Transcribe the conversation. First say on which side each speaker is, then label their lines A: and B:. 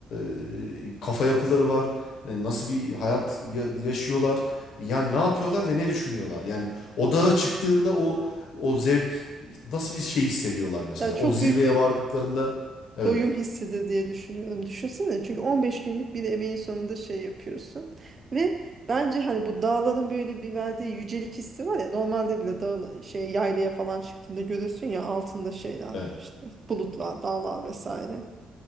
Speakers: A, on the left; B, on the right.
A: e, kafa yapıları var? E, Nasıl bir hayat ya- yaşıyorlar? Yani ne yapıyorlar ve ne düşünüyorlar? Yani o dağa çıktığında o o zevk nasıl bir şey hissediyorlar mesela?
B: Ya çok
A: O zirveye
B: büyük bir
A: vardıklarında evet.
B: doyum hissidir diye düşünüyorum. Düşünsene çünkü 15 günlük bir emeğin sonunda şey yapıyorsun. Ve bence hani bu dağların böyle bir verdiği yücelik hissi var ya normalde bile dağ şey yaylaya falan çıktığında görürsün ya altında şeyler
A: Evet.
B: işte bulutlar, dağlar vesaire.